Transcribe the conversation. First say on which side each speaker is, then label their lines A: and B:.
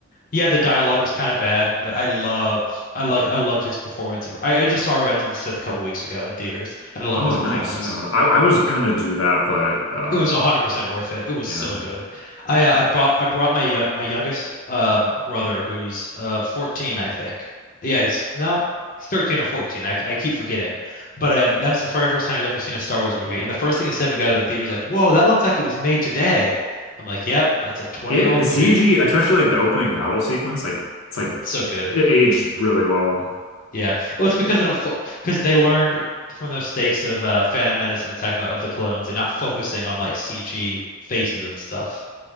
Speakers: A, on the left; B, on the left.
A: Yeah, the dialogue was kind of bad, but I love, I like, I loved his performance. I, I just saw Revenge of the Sith a couple weeks ago in theaters, and I loved
B: Oh,
A: his
B: nice.
A: performance.
B: Yeah. I, I was gonna do that, but uh
A: It was 100% worth it. It was
B: yeah.
A: so good. I uh, I brought I brought my yo- my youngest um brother who's uh 14, I think. Yeah, he's no, he's 13 or 14. I I keep forgetting. But um that was the very first time he's ever seen a Star Wars movie. And the first thing he said when we got out of the theater is like, "Whoa, that looks like it was made today." I'm like, "Yep, that's a 20-year-old
B: It the CG,
A: movie.
B: especially like the opening battle sequence, like it's like
A: It's so good."
B: it aged really well.
A: Yeah. Well, it's because they don't fo because they learned from the mistakes of uh Phantom Menace and Attack of the of the Clones and not focusing on like CG faces and stuff.